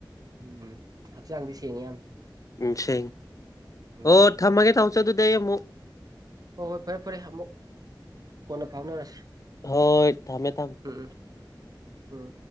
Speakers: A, on the right; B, on the left.
A: ꯎꯝ ꯍꯛꯆꯥꯡꯗꯤ ꯁꯦꯡꯉꯦ ꯌꯥꯝ
B: ꯎꯝꯁ
A: ꯎꯝ
B: ꯍ ꯊꯝꯃꯒꯦ ꯇꯥꯃꯁꯦ ꯑꯗꯨꯗꯩ ꯑꯩ ꯑꯃꯨꯛ
A: ꯍꯣꯏ ꯍꯣꯏ ꯐꯔꯦ ꯐꯔꯦ ꯑꯃꯨꯛ ꯀꯣꯟꯅ ꯐꯥꯎꯅꯔꯁꯤ
B: ꯍꯣꯏ ꯊꯝꯃꯦ ꯊꯝꯃꯦ
A: ꯎꯝ ꯎꯝ ꯎꯝ